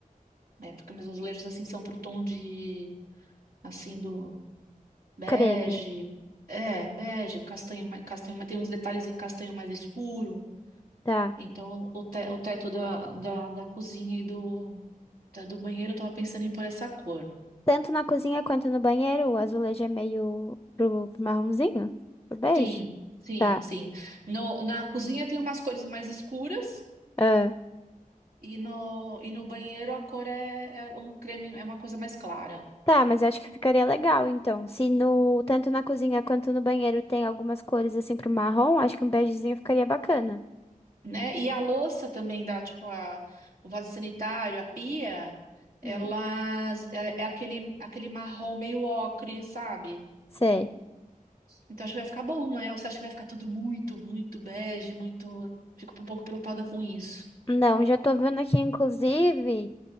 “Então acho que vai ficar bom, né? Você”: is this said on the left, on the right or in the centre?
Right